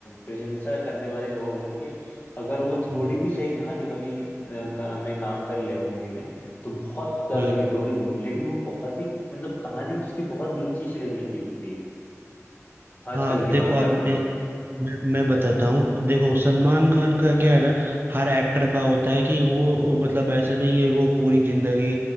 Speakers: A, on the left; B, on the right.
A: प्रशंसा करने वाले लोग हैं कि अगर वो थोड़ी
B: हम्म
A: भी सही कहानी वाली अ, का, में काम कर ले मूवी में तो बहुत ज्यादा
B: हम्म
A: हिट होगी मूवी लेकिन वो बहुत ही मतलब कहानी उसकी बहुत नीची श्रेणी की होती है आजकल
B: हाँ
A: की
B: देखो
A: बात
B: अब
A: कर रहा हूँ
B: मैं मैं बताता हूँ देखो सलमान खान का क्या है ना हर एक्टर का होता है कि वो मतलब ऐसा नहीं है वो पूरी जिंदगी